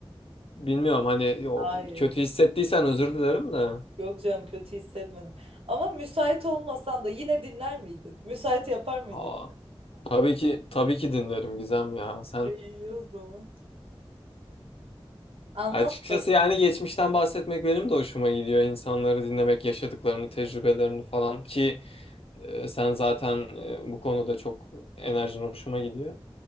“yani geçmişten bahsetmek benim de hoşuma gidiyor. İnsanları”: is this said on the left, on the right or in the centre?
Left